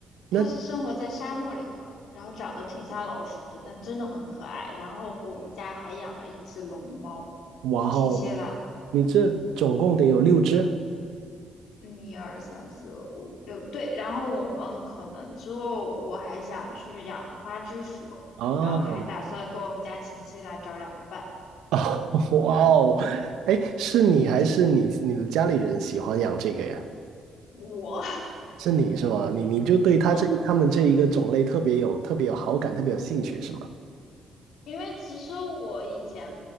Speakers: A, on the right (about 85°); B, on the left (about 80°).
A: 那
B: 它是生活在沙漠里的，然后长得挺像老鼠的，但真的很可爱。然后我们家还养了一只龙猫，
A: 哇哦，
B: 亲切啦。
A: 你这总共得有六只
B: 嗯，一二三四五六，对。然后我们可能之后我还想去养花枝鼠，
A: 哦
B: 然后还打算跟我们家亲戚来找两个伴。
A: 哦 <laughs> 哇哦，哎，是你还是你你的家里人喜欢养这个呀？
B: 我，
A: 是你是吗？你你就对他这他们这一个种类特别有特别有好感，
B: <laughs> 嗯。
A: 特别有兴趣是吗？
B: 因为其实我以前